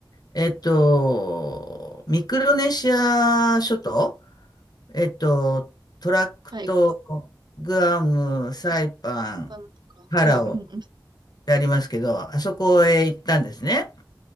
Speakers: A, on the left; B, on the right.
A: えっと、ミクロネシア諸島、えっと、トラックト、
B: はい、グ
A: グアム、サイパン、
B: アムとか、
A: パラオっ
B: はい、うん、うん、
A: てありますけど、あそこへ行ったんですね。